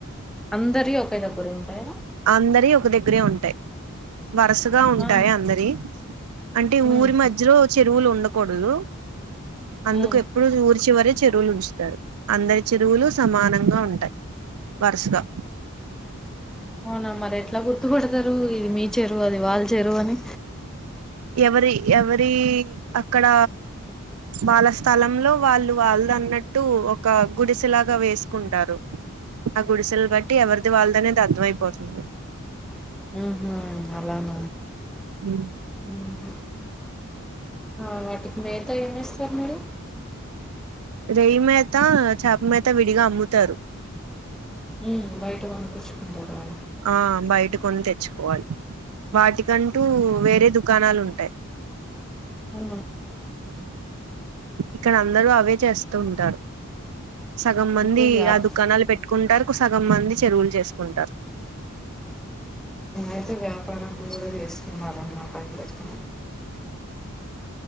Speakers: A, in the centre; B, on the right.
A: అందరియి ఒకే దగ్గర ఉంటాయా
B: అందరియి ఒక దగ్గరే ఉంటాయి వరసగా ఉంటాయి
A: ఆ
B: అందరియి అంటే
A: ఉమ్
B: ఊరి మధ్యలో చెరువులు ఉండకూడదు అందుకు
A: ఉమ్
B: ఎ ప్పుడు ఊర్చివరే చెరువులు ఉంచుతారు అందరి చెరువులు సమానంగా ఉంటాయి వరసగా
A: అవునా మరి ఎట్లా గుర్తుపడతారు ఇది మీ చెరువు అది వాళ్ళ చెరువు అని
B: ఎవరి ఎవరీ అక్కడ వాళ్ళ స్థలంలో వాళ్ళు వాళ్ళదన్నట్టు ఒక గుడిసెలాగా వేసుకుంటారు ఆ గుడిసెలు బట్టి ఎవరిది వాళ్ళదనేది అర్థంమయిపోతుంది
A: అహ అలాన
B: ఉమ్
A: ఉహు ఆ వాటికి మేత ఏమేస్తారు మీరు
B: రెయ్యి మేత చేప మేత విడిగా అమ్ముతారు
A: ఆ బయట కొనకచుకుంటారు
B: ఆ బయట కొని తెచ్చుకోవాలి వాటికంటూ వేరే దుకాణాలు ఉంటాయి
A: ఆ
B: ఇక్కడ అందరూ అవే చేస్తూ ఉంటారు సగం మంది
A: అయితే వ్యాప్
B: ఆ దుకాణాలు పెట్టుకుంటారు సగం మంది చెరువులు చేసుకుంటారు
A: అయితే వ్యాపార కూడా చేస్తున్నారనమాట అయితే